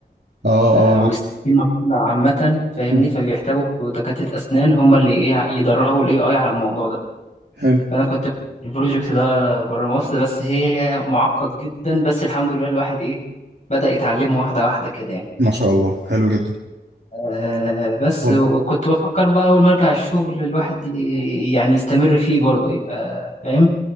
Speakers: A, on the right; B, on the left.
A: اه
B: آه،
A: اه
B: والسكيما
A: عارف
B: عامه فاهمني
A: مم.
B: فبيحتاجوا دكاتره اسنان هما اللي ايه يدربوا الاي اي على الموضوع ده
A: حلو
B: فانا كنت البروجكت ده بره مصر بس هي معقد جدا بس الحمد لله الواحد ايه بدأ يتعلمه واحده واحده كده يعني
A: ما شاء الله حلو جدا
B: آه بس
A: طب
B: وكنت بفكر بقى اول ما ارجع الشغل الواحد ي- يعني يستمر فيه برضه يبقى فاهم